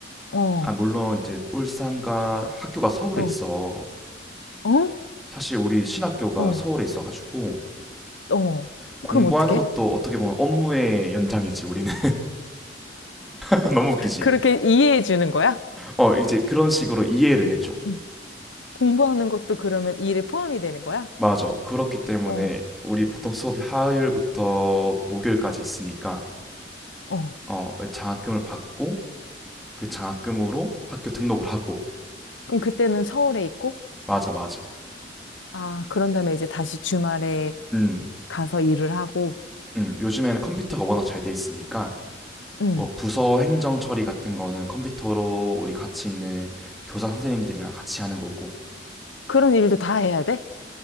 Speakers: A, on the left; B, in the centre.
A: 어.
B: 아 물론 이제 울산과 학교가 서울에
A: 어.
B: 있어.
A: 어?
B: 사실 우리 신학교가
A: 어,
B: 서울에 있어가지고
A: 어.
B: 공부하는
A: 그럼 어떻게?
B: 것도 어떻게 보면 업무의 연장이지 우리는 <laughs> 너무 웃기지
A: 그렇게 이해해 주는 거야?
B: 어 이제 그런 식으로 이해를 해줘
A: 응. 공부하는 것도 그러면 이 일에 포함이 되는 거야?
B: 맞아 그렇기 때문에
A: 어,
B: 우리 보통 수업이 화요일부터 목요일까지 있으니까
A: 어.
B: 어 장학금을 받고 그 장학금으로 학교 등록을 하고
A: 그럼 그때는 서울에 있고,
B: 맞아 맞아
A: 아, 그런 다음에 이제 다시 주말에
B: 음,
A: 가서 일을 하고,
B: 음 요즘에는 컴퓨터가 워낙 잘 돼 있으니까
A: 응.
B: 뭐 부서 행정 처리 같은 거는 컴퓨터로 우리 같이 있는 교사 선생님들이랑 같이 하는 거고
A: 그런 일도 다 해야 돼?